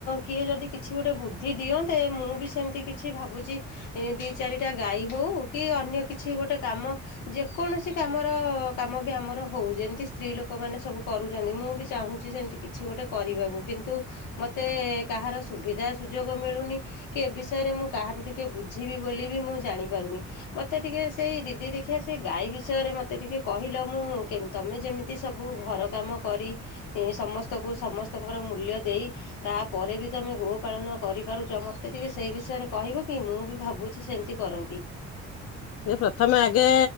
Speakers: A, on the left (about 80°); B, on the left (about 50°).
A: କିଏ ଯଦି କିଛି ଗୋଟେ ବୁଦ୍ଧି ଦିଅନ୍ତେ ମୁଁ ବି ସେମିତି କିଛି ଭାବୁଛି ଦି ଚାରିଟା ଗାଈ ହଉ କି ଅନ୍ୟ କିଛି ଗୋଟେ କାମ ଯିଏ କୌଣସି କାମର କାମ ବି ଆମର ହଉ ଯେମିତି ସ୍ତ୍ରୀ ଲୋକମାନେ ସବୁ କରୁଛନ୍ତି ମୁଁ ବି ଚାହୁଁଛି ସେମିତି କିଛି ଗୋଟେ କରିବାକୁ କିନ୍ତୁ ମୋତେ କାହାର ସୁବିଧା ସୁଯୋଗ ମିଳୁନି କି ଏ ବିଷୟରେ ମୁଁ କାହାଠୁ ଟିକେ ବୁଝିବି ବୋଲି ବି ମୁଁ ଜାଣିପାରୁନି ମୋତେ ଟିକେ ସେଇ ଦିଦି ଦେଖି ସେ ଗାଈ ବିଷୟରେ ମୋତେ ଟିକେ କହିଲ, ମୁଁ ତମେ ଯେମିତି ସବୁ ଘର କାମ କରି ସମସ୍ତଙ୍କୁ ସମସ୍ତଙ୍କର ମୂଲ୍ୟ ଦେଇ ତାପରେ ବି ତମେ ଗୋପାାଳନ କରିପାରୁଛ। ମୋତେ ଟିକେ ସେଇ ବିଷୟରେ କହିବ କି ମୁଁ ବି ଭାବୁଛି ସେମିତି କରନ୍ତି।
B: ଯେ ପ୍ରଥମେ ଆଗେ